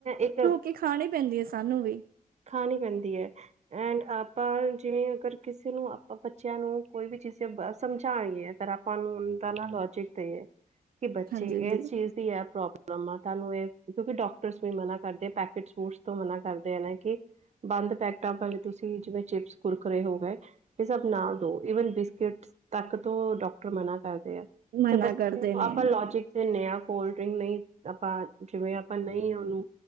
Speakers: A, on the right (about 50°); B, on the right (about 80°).
A: ਇੱਕ
B: ਕਿ ਖਾਣੀ ਪੈਂਦੀ ਐ ਸਾਨੂੰ ਵੀ।
A: ਖਾਣੀ ਪੈਂਦੀ ਐ। ਐਂਡ ਆਪਾਂ ਜਿਵੇਂ ਅਗਰ ਕਿਸੇ ਨੂੰ ਆਪਾਂ ਬੱਚਿਆਂ ਨੂੰ ਕੋਈ ਵੀ ਚੀਜ਼ ਬਈ ਸਮਝਾਨੀ ਐ। ਫਿਰ ਆਪਾਂ ਨੂੰ ਉਦਾ ਨਾ ਲੋਜਿਕ ਦੇਇਏ, ਕਿ ਬੱਚੇ
B: ਹਾਂਜੀ ਹਾਂਜੀ
A: ਇਸ ਚੀਜ਼ ਆ, ਪ੍ਰੋਬਲਮ ਆ ਤੁਹਾਨੂੰ ਇਹ, ਕਿਉਂਕਿ ਡਾਕਟਰਸ ਵੀ ਮਨਾ ਕਰਦੇ, ਪੈਕਟ ਫੂਡ ਤੋਂ ਮਨਾ ਕਰਦੇ ਆ ਨਾ। ਕਿ ਬੰਦ ਪੈਕਟਾਂ ਤੁਸੀਂ ਪਹਿਲਾਂ ਜਿਵੇਂ ਚਿਪਸ ਕੁਰਕਰੇ ਹੋ ਗਏ। ਇਹ ਸਭ ਨਾ ਦੋ, ਈਵਨ ਬਿਸਕਿਟ ਤੱਕ ਤੋਂ ਡਾਕਟਰ ਮਨਾ ਕਰਦੇ ਆ।
B: ਮਨਾ
A: ਤੇ ਬੱਚੇ
B: ਕਰਦੇ
A: ਨੂੰ
B: ਨੇ
A: ਆਪਾਂ ਲੋਜਿਕ ਦੇਨੇ ਆ, ਕੋਲਡ ਡਰਿੰਕ ਨੀ ਆਪਾਂ ਜਿਵੇਂ ਆਪਾਂ ਨਈ ਉਹਨੂੰ